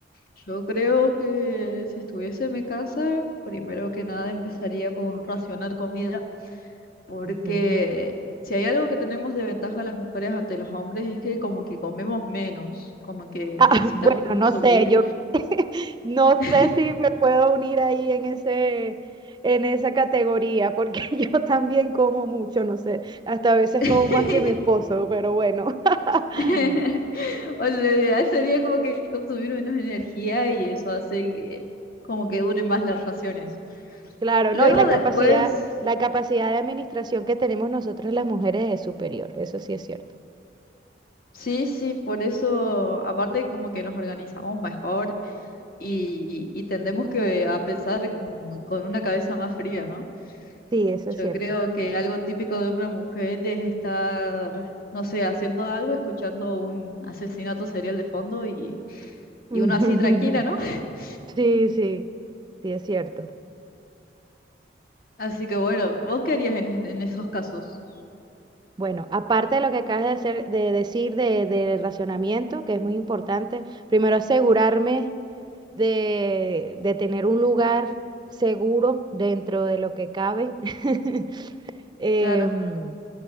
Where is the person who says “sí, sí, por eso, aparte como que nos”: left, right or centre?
Left